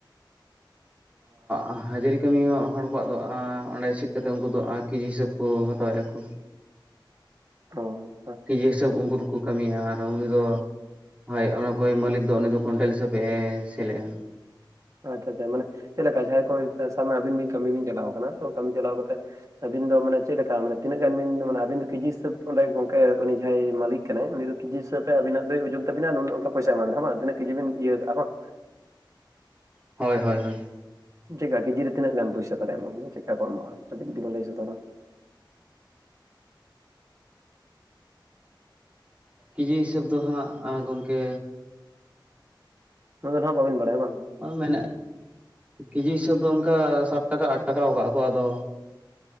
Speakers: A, on the right; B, on the right.
A: ᱟᱸ ᱦᱟᱡᱽᱨᱤ ᱠᱟᱹᱢᱤ ᱦᱚᱸ ᱦᱚᱲ ᱠᱚᱣᱟᱜ ᱫᱚ ᱟᱸ ᱚᱸᱰᱮ ᱥᱤᱫ ᱠᱟᱛᱮᱫ ᱩᱱᱠᱩ ᱫᱚ ᱠᱮᱡᱤ ᱦᱤᱥᱟᱹᱵᱽ ᱠᱚ ᱦᱟᱛᱟᱣᱮᱜ -ᱟᱠᱚ ᱾
B: ᱚᱻ
A: ᱠᱮᱡᱤ ᱦᱤᱥᱟᱹᱵᱽ ᱩᱱᱠᱩ ᱫᱚᱠᱩᱼᱼ ᱠᱟᱹᱢᱤᱭᱟ ᱟᱨ ᱩᱱᱤ ᱫᱚ ᱦᱳᱭ ᱚᱱ ᱟᱠᱚᱭᱤᱡ ᱢᱟᱹᱞᱤᱠ ᱫᱚ ᱩᱱᱤᱫᱚ ᱠᱩᱭᱤᱱᱴᱚᱞ ᱦᱤᱥᱟᱹᱵᱮ ᱥᱮᱞ ᱮᱫᱼᱟ ᱾
B: ᱟᱪᱪᱷᱟ ᱟᱪᱪᱷᱟ ᱢᱟᱱᱮ, ᱪᱮᱫ ᱞᱮᱠᱟ ᱡᱟᱦᱟᱸᱭ ᱠᱚ ᱥᱟᱵᱽ ᱠᱟᱜᱢᱮ ᱟᱵᱤᱱ ᱵᱤᱱ ᱠᱟᱹᱢᱤ ᱵᱤᱱ ᱪᱟᱞᱟᱣ ᱠᱟᱱᱟ ᱛᱚ ᱠᱟᱹᱢᱤ ᱪᱟᱞᱟᱣ ᱠᱟᱛᱮᱫᱼᱼ ᱟᱹᱵᱤᱱ ᱫᱚ ᱢᱟᱱᱮ, ᱪᱮᱫ ᱞᱮᱠᱟ ᱢᱟᱱᱮ, ᱛᱤᱱᱟᱹᱜ ᱜᱟᱱ ᱵᱤᱱ ᱢᱟᱱᱮ ᱟᱵᱤᱱ ᱫᱚ ᱠᱮᱡᱤ ᱦᱤᱥᱟᱹᱵᱽ ᱚᱸᱰᱮ ᱜᱚᱝᱠᱮ ᱩᱱᱤ ᱡᱟᱦᱟᱸᱭ ᱢᱟᱞᱤᱠᱼᱼ ᱠᱟᱱᱟᱭ ᱩᱱᱤ ᱫᱚ ᱠᱮᱡᱤ ᱦᱤᱥᱟᱹᱵᱽ ᱛᱮ ᱟᱵᱤᱱᱟᱜ ᱫᱚᱭ ᱳᱡᱚᱱ ᱛᱟᱵᱤᱱᱟ ᱱᱩᱱᱟᱹᱜ ᱚᱱᱠᱟ ᱯᱚᱭᱥᱟᱭ ᱮᱢᱟᱵᱮᱱᱟ ᱦᱮᱸ ᱵᱟᱝ, ᱛᱤᱱᱟᱹᱜ ᱠᱤᱡᱤ ᱵᱤᱱ ᱤᱭᱟᱹᱣ ᱠᱟᱜᱼᱟ ᱵᱟᱝᱼᱼ
A: ᱦᱚᱭ ᱦᱚᱭ ᱦᱚᱭ ᱾
B: ᱪᱮᱫ ᱠᱟ ᱠᱮᱡᱤ ᱨᱮ ᱛᱤᱱᱟᱹᱜ ᱜᱟᱱ ᱯᱩᱭᱥᱟᱹ ᱛᱟᱞᱦᱮ ᱮᱢᱟ ᱵᱤᱱᱟ ᱪᱮᱫ ᱠᱟ ᱠᱚ ᱮᱢᱚᱜᱼᱟ, ᱠᱟᱹᱴᱤᱡ ᱡᱩᱫᱤ ᱵᱮᱱ ᱞᱟᱹᱭ ᱥᱚᱫᱚᱨᱟᱼᱼ
A: ᱠᱤᱡᱤ ᱦᱤᱸᱥᱟᱹᱵᱽ ᱫᱚ ᱦᱟᱸᱜ ᱜᱚᱢᱠᱮᱼᱼ
B: ᱱᱩᱱᱟᱹᱜ ᱫᱚ ᱦᱟᱸᱜ ᱵᱟᱵᱤᱱ ᱵᱟᱲᱟᱭᱟ ᱵᱟᱝ?
A: ᱦᱚᱸ ᱢᱮᱱᱟᱜᱼᱟ <unintelligible> ᱠᱮᱡᱤ ᱦᱤᱥᱟᱹᱵᱽ ᱫᱚ ᱚᱱᱠᱟ ᱥᱟᱴ ᱴᱟᱠᱟ ᱟᱴ ᱴᱟᱠᱟᱣ ᱠᱟᱜᱼᱟ ᱠᱚ ᱟᱫᱚ,